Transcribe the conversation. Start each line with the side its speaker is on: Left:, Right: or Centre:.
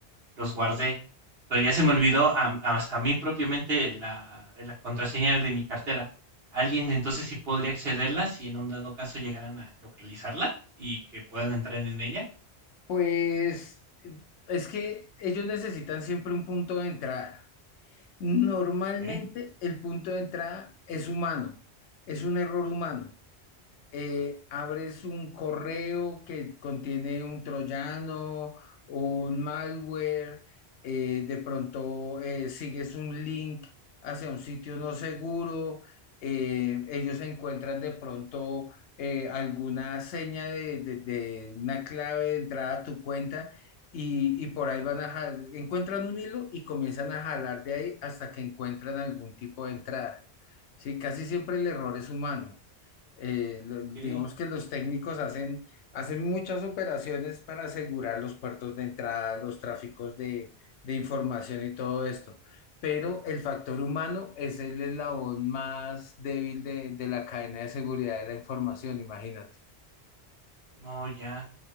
Right: los guardé, pero ya se me olvidó am hasta a mí propiamente la la contraseña de mi cartera. ¿Alguien entonces sí podría accederla si en un dado caso llegaran a localizarla y que puedan entrar en ella?
Left: Pues eh, es que ellos necesitan siempre un punto de entrada. Normalmente
Right: Okey,
Left: el punto de entrada es humano, es un error humano. eh, abres un correo que contiene un troyano o un malware, eh, de pronto eh, sigues un link hacia un sitio no seguro, eh, ellos encuentran de pronto eh, alguna seña de, de- de una clave de entrada a tu cuenta. Y, y por ahí van a jalar, encuentran un hilo y comienzan a jalar de ahí hasta que encuentran algún tipo de entrada. Sí, casi siempre el error es humano eh, lo-
Right: okey.
Left: digamos que los técnicos hacen, hacen muchas operaciones para asegurar los puertos de entrada, los tráficos de, de información y todo esto. Pero el factor humano es el eslabón más débil de, de la cadena de seguridad de la información, imagínate.
Right: Oh, ya.